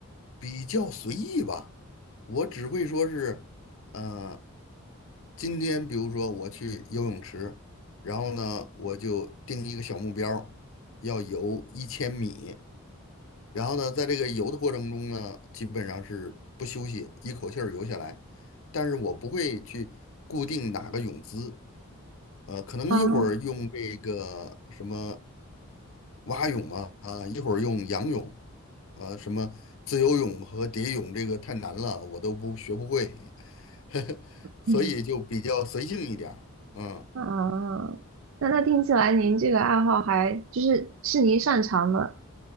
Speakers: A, on the left (about 65°); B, on the right (about 65°).
A: 比较随意吧，我只会说是，呃，今天比如说我去游泳池，然后呢，我就定一个小目标儿要游一千米。然后呢，在这个游的过程中呢，基本上是不休息，一口气儿游下来。但是我不会去固定哪个泳姿，呃，可能一会儿用这个什么
B: 啊，
A: 蛙泳啊，啊，一会儿用仰泳，啊，什么自由泳和蝶泳，这个太难了，我都不学不会，<laughs> 所以就比较随性一点儿。
B: 嗯
A: 嗯
B: 啊，嗯那那听起来您这个爱好还就是是您擅长的。